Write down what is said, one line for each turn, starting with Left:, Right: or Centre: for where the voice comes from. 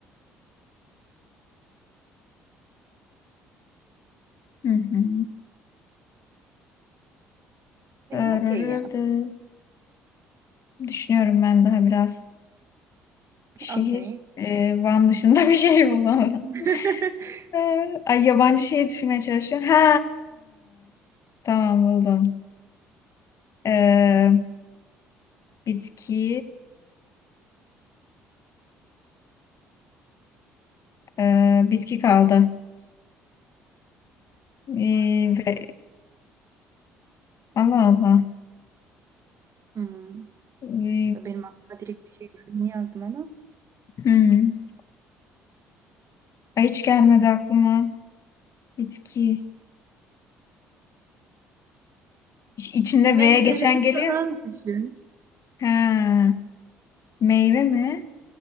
Left: Hı hı.
Right: Benim
Left: Ee,
Right: okey ya.
Left: Düşünüyorum ben daha biraz. Şehir
Right: Okey.
Left: e, Van dışında bir şey bulamadım.
Right: <laughs>
Left: E, ay yabancı şehir düşünmeye çalışıyorum. Ha. Tamam buldum. E, bitki e, bitki kaldı. E,
Right: Var ya.
Left: ve,
Right: Var.
Left: Allah Allah.
Right: Hmm.
Left: E,
Right: Ya Benim aklıma direkt bir şey geldi. Bunu yazdım ama.
Left: hmm. Ay hiç gelmedi aklıma. Bitki. İç- İçinde
Right: Meyveleri
Left: V geçen geliyor.
Right: falan düşün.
Left: Ha. Meyve mi?